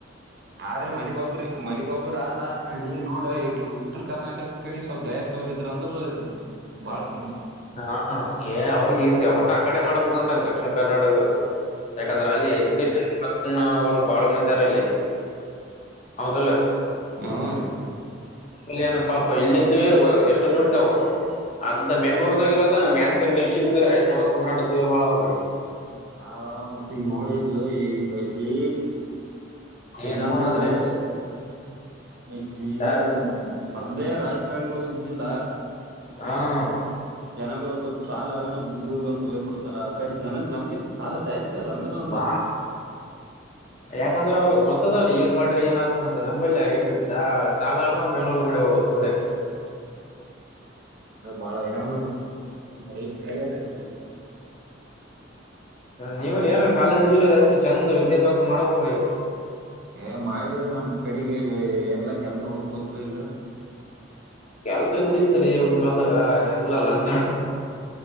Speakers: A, on the right; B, on the left.
A: ಆ ರೀ ಮನಿಗೊಬ್ಬ್ರರಿ ಮನಿಗೊಬ್ಬ್ರ ಆರ ಕಡೆ ನೋಡ ಈಗ ಉತ್ತರ ಕರ್ನಾಟಕ ಕಡೆ ಸ್ವಲ್ಪ ದಯಾ ತೋರಿದ್ರ ಅಂದ್ರ ಬಾಳ್
B: ಹಾ ಏ ಅವ್ರಿಗೆ ಇ್ದ ಹೊಟ್ಟಾ ಆ ಕಡೆ ಮಾಡ್ಬೇಕಂತಲ್ಲ ದಕ್ಷಿಣ ಕರ್ನಾಟಕ ಯಾಕಂದ್ರೆ ಅಲ್ಲಿ
A: ಈಗನು
B: ಎಜುಕೇಶನ್ಗಳು ಬಾಳ ಮಂದಾರ ಅಲ್ಲಿ ಹೌದಲ್ಲ
A: ಹಾ ರೀ
B: ಕಲ್ಯನು ಪಾಪ ಇಲ್ಲದ ಎಷ್ಟು ದುಡಿತವು ಅರ್ಧ ಬೆಂಗ್ಳೂರ್ ಇರೋದ ನಮ್ಮ ಯಾದಗಿ ಡಿಸ್ಟ್ರಿಕ್ ಇದೆ ಹೈದರಾಬ್ ಕರ್ನಾಟಕ ಇದೆ ಭಳ ಕಡೆ
A: ಭಾಳ ಮತ್ತೆ ಈಗ ನೋಡಿದ್ದ ಈಗ ಅಲ್ಲಿ
B: ಈ
A: ಏನಂದ್ರ
B: ನಮ್ಮನ ಆತರ
A: ಲೇಶ್
B: ಏನ್
A: ಇಲ್ಲಿ
B: ಮಾಡ್ತಾರ
A: ಮೊದ್ಲೇ ರಾಜಕಾರಣಿಗಳು ಸುದ್ದಿಲ್ಲ
B: ಹಾ
A: ಜನಗಳು ಸ್ವಲ್ಪ ಸಾಲ ಆಗೋಣ ಭೂಗುಲ್ ಅಂತ ಹೋಗಯ್ಬಡ್ ರ ಕಡೆ ಜನಾಗ ನಮ್ಗೆ ಸಾಲ ಜಾಸ್ತಿ ಅದ ಅಂದ್ರ ಅಂದಲ್ಲ
B: ಾ ಯಾಕಂದ್ರೆ ಅವರು ಗೊತ್ತದರಿ ಏನ್ ಮಾಡ್ರಿ ಏನ ಆ್ತದ ಅಂತ ನಂಬಲ್ಲಿ ಆ ಐಟ್ಿಡ್ ಸಾಲಣ ಬೆಂಗಳೂರ್ಗಡೆ ಹೋಗೋದು ಜದುಡ ಹ
A: ಅಾರ ಬಳ ಹರಾನ ಭೇಶ ಕಾರ ತ
B: ನೀವನ್ ಏನ್ ಕಾಲೇಜ್ ಗ ಇಲ್ಲ ಹಚ್ಚಿ ಚಂದ್ ವಿದ್ಯಾಭ್ಯಾಸ ಮಾಡ್ಬಕ್್ರಿ
A: ಏ ಮಾಡವ್ರಿ ನಮ್ ಕಡೆಗೆ ಎಲ್ಲ ಕೆಲ್ಸ ಹುಡುಕ್ಬೇಕು ಈಗ
B: ಕೆಲಸ ಎಲ್ಲ ಸಿಗತಾರೆ ಒನ್ ಕಳದಾಗ ಎಲ್ಲ ಲಂ